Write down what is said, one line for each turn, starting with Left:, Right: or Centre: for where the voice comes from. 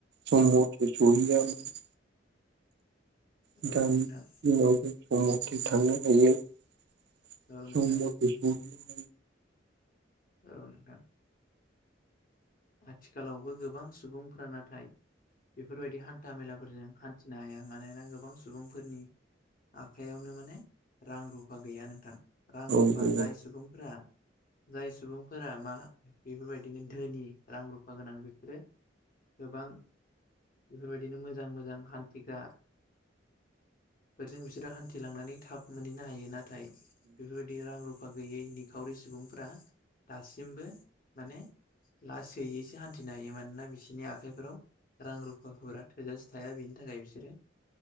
Right: सम मथे सौहैयामोन दानि
Left: औ नोंथां
Right: दिनाव जों सम मथे थांनो हायो सम
Left: औ नोंथां
Right: मथे सौहैयो
Left: औ नोंथां आथिखालावबो गोबां सुबुंफोरा नाथाय बेफोरबायदि हान्था मेलाफोरजों हान्थिनो हाया मानोना गोबां सुबुंफोरनि आखायावनो माने रां रुफा गैया नोंथां रां
Right: हायो औ
Left: रुफा
Right: आरो
Left: जाय सुबुंफोरा जाय सुबुंफोरा मा बेफोरबायदिनो धोनि रां रुफा गोनां बेफोरो गोबां बेफोरबायदिनो मोजां मोजां हान्थिग्रा फोरजों बिसोर बिसोरो हान्थि लांनानै थाब मोनहैनो हायो नाथाय बेफोरबायदि रां रुफ फा गैयै निखावरि सुबुंफ्रा दासिमबो माने लासैयैसो हान्थिनो हायो मानोना बिसोरनि आखाइफोराव रां रुफाफोरा थोजासे थाया बिनि थाखाय बिसोरो